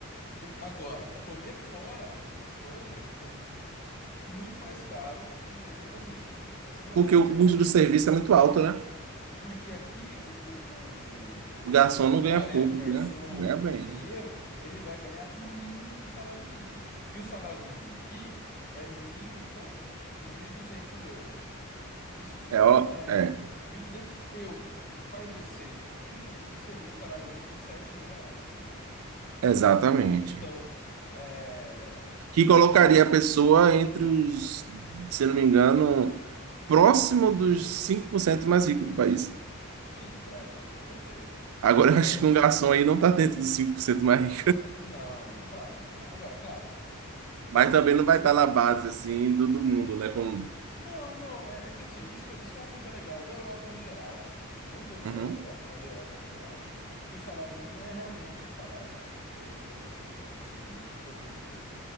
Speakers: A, on the left; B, on the right.
A: O- agora, comer fora aqui na Espanha é mu- muito mais caro do que no Brasil. Aí você fala,
B: Porque
A: mas
B: o
A: por
B: custo
A: quê?
B: do serviço é muito alto, né?
A: Porque aqui o, o,
B: O garçom
A: o, o
B: não
A: camareiro,
B: ganha pouco,
A: o garçom,
B: né? Ganha
A: o
B: bem.
A: cozinheiro,
B: né?
A: ele vai ganhar no mínimo um salário mínimo. E o salário mínimo aqui é mil e quanto? Acho que é 1.200 euros. Isso se
B: É,
A: não
B: ó,
A: for o médio.
B: é,
A: mil e duzentos euros. Faz vezes seis e pouquinho, seria um salário mínimo de sete mil reais, entendeu?
B: exatamente.
A: Então, é...
B: Que colocaria a pessoa entre os, se não me engano, próximo dos 5% mais ricos do país.
A: sim, no Brasil, com certeza.
B: Agora
A: Então,
B: eu acho que um garçom aí não está dentro dos 5% mais
A: não, não tá, não tá. Agora, claro, em-
B: Mas também
A: em-
B: não vai estar na base, assim, do, do mundo, né? Como...
A: não, não, é, é que assim, isso, isso é uma coisa legal da Europa no geral, não todos
B: Uhum.
A: os países da Europa, mas a Europa no geral, que o salário mínimo é realmente um salário feito para você conseguir sobreviver.